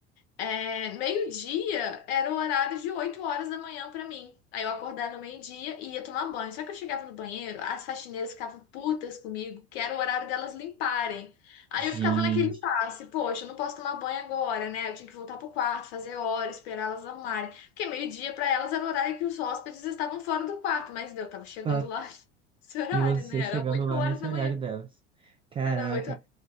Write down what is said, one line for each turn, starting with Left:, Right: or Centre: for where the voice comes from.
Left: É, meio-dia era o horário de 8 horas da manhã pra mim. Aí eu acordava no meio-dia e ia tomar banho. Só que eu chegava no banheiro, as faxineiras ficavam putas comigo, que era o horário delas limparem. Aí
Right: gente.
Left: eu ficava naquele impasse, poxa, eu não posso tomar banho agora, né? Eu tinha que voltar pro quarto, fazer hora, esperar elas arrumarem. Porque meio-dia pra elas era o horário que os hóspedes estavam fora do quarto, mas eu tava chegando
Right: par-
Left: lá <laughs> esse horário,
Right: E você
Left: né?
Right: chegando
Left: Era 8
Right: lá
Left: horas
Right: nesse
Left: da
Right: horário
Left: manhã.
Right: delas. Caraca.
Left: Era 8 horas